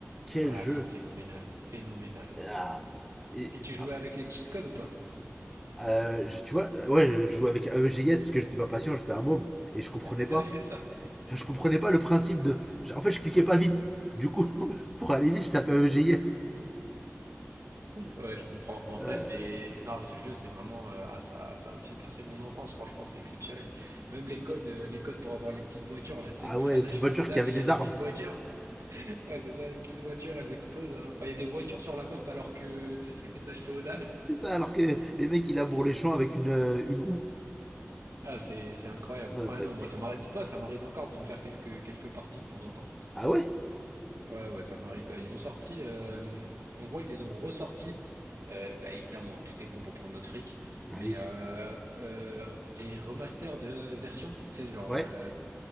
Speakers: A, in the centre; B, on the right.
A: Quel
B: Ah,
A: jeu
B: c'est phénoménal, phénoménal.
A: Ah. Et,
B: Et tu jouais
A: ah,
B: avec les cheat codes ou pas?
A: euh, je- Tu vois, euh, ouais, je je jouais avec AEGS parce que j'étais pas patient, j'étais un môme, et je comprenais
B: <laughs>
A: pas.
B: C'est ça.
A: Je, je comprenais pas le principe de. je- En fait, je cliquais pas vite. Du coup, <laughs> pour aller vite, je tapais AEGS.
B: Ouais, je comprends. En
A: Euh,
B: vrai, c'est... Non, ce jeu, c'est vraiment... euh, Ah, ça, ça a aussi bercé mon enfance. Franchement, c'est exceptionnel. Même les codes, euh, les codes pour avoir les petites voitures, là, tu
A: Ah
B: sais, <laughs>
A: ouais,
B: à
A: les
B: l'âge
A: petites voitures
B: féodal,
A: qui avaient
B: et il
A: des
B: y a des
A: armes.
B: petites voitures. <laughs> Ouais, c'est ça, les petites voitures, elles explosent. hein. Enfin, il y a des voitures sur la map alors que, tu sais, c'est de l'âge féodal.
A: C'est ça, alors que les mecs, ils labourent les champs avec une, euh, une houe.
B: Ah, c'est, c'est incroyable.
A: Non,
B: Ouais,
A: c'est
B: non, moi, ça m'arrive... Dis-toi, ça m'arrive encore de me faire quelques, quelques parties de temps en temps.
A: Ah ouais
B: Ouais, ouais, ça m'arrive. Ils ont sorti, euh, en gros, ils les ont ressortis. Euh, bah, évidemment, hein, tout est bon pour prendre notre fric, mais
A: Ah oui.
B: euh, euh, les remasters de versions, tu sais, genre,
A: Ouais.
B: euh,